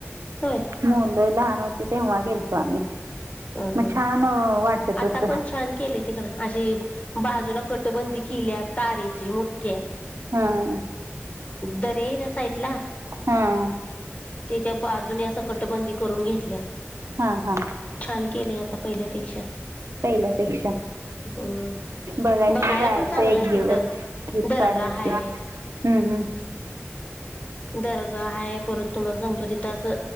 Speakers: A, on the left (about 30°); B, on the right (about 85°).
A: हय
B: मुलं लहान होती तेव्हा गेलतो आम्ही
A: ह
B: मग
A: ह
B: छान वाटत
A: आता
B: होत
A: पण छान केले तिकड अशी बाजूला कटबंदी केल्या तारेची मोठ्या
B: हां
A: दर्या ये नसाईटला
B: हां
A: त्याच्या बाजूने असं कटबंदी करून घेतल्या
B: हा हा
A: छान केले आता पहिल्यापेक्षा
B: पहिल्यापेक्षा
A: हम्म
B: बघायच
A: बघायला
B: जायचं
A: पण चांगलं
B: एक
A: आहे
B: दिवस
A: तिथं
B: ट्रिप
A: दर्गा
B: काढायची
A: हाय
B: हम् हम्म
A: दर्गा आहेा पुर तुम्हाला सांगतो तिथं असं